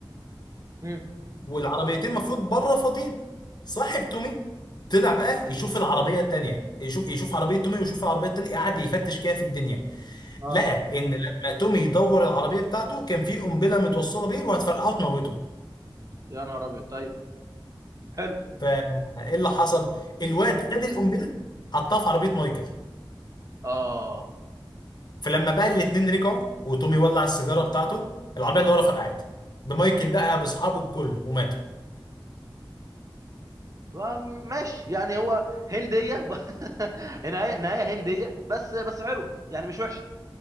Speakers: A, on the right; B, on the left.
A: مم.
B: والعربيتين المفروض بره فاضيين صاحب تومي طلع بقى يشوف العربية التانية يشوف يشوف عربية تومي ويشوف العربية التانية قعد يفتش كده في الدنيا
A: اه
B: لقى ان لما تومي يدور العربية بتاعته كان في قنبلة متوصلة بيه وهتفرقعه وتموته
A: يا نهار ابيض طيب حلو
B: فايه اللي حصل الواد
A: اه
B: خد القنبلة حطها في عربية مايكل
A: اه
B: فلما بقى الاتنين رجعوا وتومي ولع السيجاره بتاعته العربيه اللي ورا فرقعت بمايكل بقى باصحابه بكله وماتوا
A: ما- ماشي يعني هو هنديه ب... <laughs> نهايه نهايه هنديه بس بس حلوه يعني مش وحشه